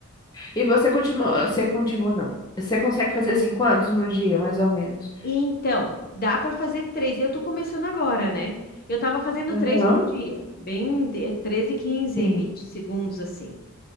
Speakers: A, on the left; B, on the left.
A: E você continua, você continua não. Você consegue fazer assim quantos no dia, mais ou menos?
B: Então, dá para fazer três. Eu tô começando agora, né? Eu tava fazendo
A: Aham,
B: três por dia, bem de- 13, 15,
A: sim.
B: 20 segundos assim.